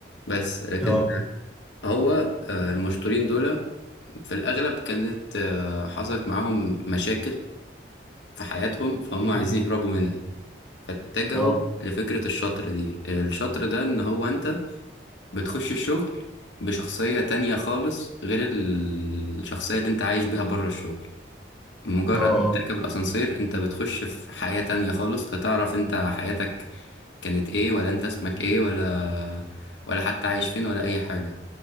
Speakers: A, on the left; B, in the centre.
A: بس لكن
B: اه
A: هو آه، المشطورين دول في الأغلب كانت آه، حصلت معاهم مشاكل في حياتهم فهم
B: مم.
A: عايزين يهربوا منها فاتجهوا
B: اه
A: لفكرة الشطر دي الشطر ده ان هو انت بتخش الشغل بشخصية تانية خالص غير ال- الشخصية اللي انت عايش بيها بره الشغل مجرد
B: اه اه.
A: ما بتركب الاسانسير انت بتخش في حياة تانية خالص لا تعرف انت حياتك كانت ايه ولا انت اسمك ايه ولا ولا حتى عايش فين ولا اي حاجة